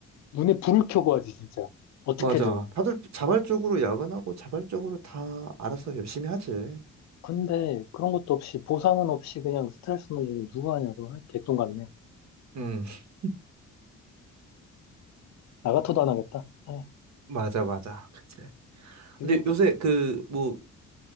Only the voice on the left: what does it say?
눈에 불을 켜고 하지 진짜 어떻게든
근데 그런 것도 없이 보상은 없이 그냥 스트레스만 주면 누가 하냐고 아, 개똥 같네
나 같아도 안 하겠다 아,
지금부터